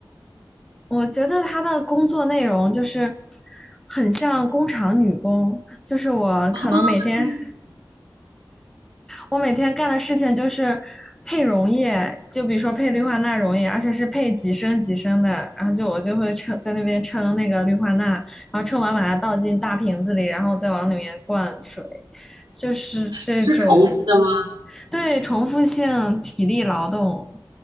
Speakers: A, in the centre; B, on the right (about 75°).
A: 我觉得他的工作内容就是很像工厂女工，就是我可能每天
B: 哦这样子
A: 我每天干的事情就是配溶液，就比如说配氯化钠溶液，而且是配几升几升的，然后就我就会称在那边称那个氯化钠，然后称完把它倒进大瓶子里，然后再往里面灌水，就是这种
B: 是重复的吗？
A: 对重复性体力劳动。